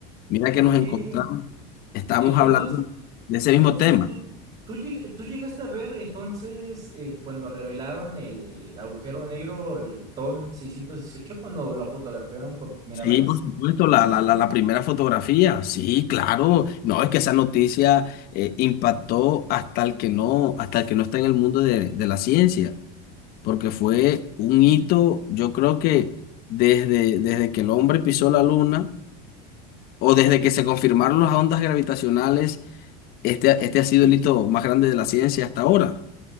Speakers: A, on the left (about 45°); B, on the right (about 30°).
A: Mira
B: Ok.
A: que nos encontramos,
B: En-
A: estamos
B: Entonces,
A: hablando de ese
B: entonces
A: mismo tema.
B: tú, tú, lleg- tú llegaste a ver entonces eh, cuando revelaron el agujero negro, el TON dieciocho cuando lo fotografiaron por primera
A: Sí,
B: vez.
A: por supuesto, la, la, la, la primera fotografía, sí, claro. No, es que esa noticia eh, impactó hasta el que no, hasta el que no está en el mundo de, de la ciencia, porque fue un hito, yo creo que desde, desde que el hombre pisó la luna o desde que se confirmaron las ondas gravitacionales, este, ha- este ha sido el hito más grande de la ciencia hasta ahora.